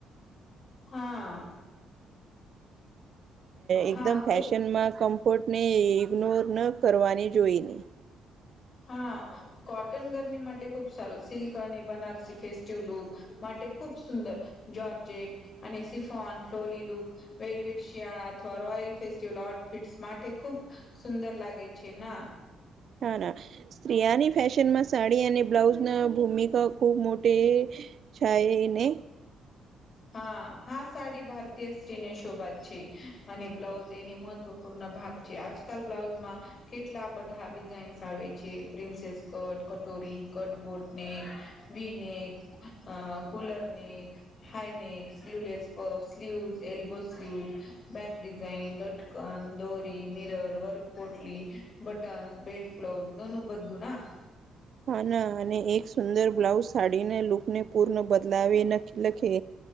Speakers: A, on the left; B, on the right.
A: હા
B: એકદમ
A: હા
B: ફેશનમાં
A: ખુબ
B: કમ્ફર્ટ ને ઇગ્નોર ન કરવાની જોઈને.
A: હા કોટન ગરમી માટે ખુબ સારું સિલ્ક અને બનારસી ફેસ્ટિવ લુક. માટે ખુબ સુંદર જર્જેટ અને સિફોન ફ્લી લુક. વેલવેટ શિયાળા અથવા રોયલ ફેસ્ટિવલ આટફિટ માટે ખૂબ સુુંદર લાગે છે ના
B: હા ના સ્તિયાની ફેશન માં સાડી અને બ્લાઉઝ ના ભૂમિકા ખુબ મોટી છે એને
A: હા હા સાડી ભારતીય સ્ટ્રીને શોભાત છે અને બ્લાઉઝ એને મહત્વપૂર્ણ ભાગ જે આજકાલ બ્લાઉઝમાં કેટલા બધા ડિઝાઇન્સ આવે છે પ્રિન્સેસ કટ કટોરી કટબોર્ડ નેક વ એક collar neck. High neck sleeveless puff sleeve elbow sleeves. બ બેક ડિઝાઇન લટકન દોરી મિરર વર્કપટલી. બટન્સ બેલ્ટ બ્લાઉઝ ઘણું બધું ના.
B: હા ના અને એક સુંદર બ્લાઉઝ સાડીના લૂકને પૂર્ણ બદલાવે લખે.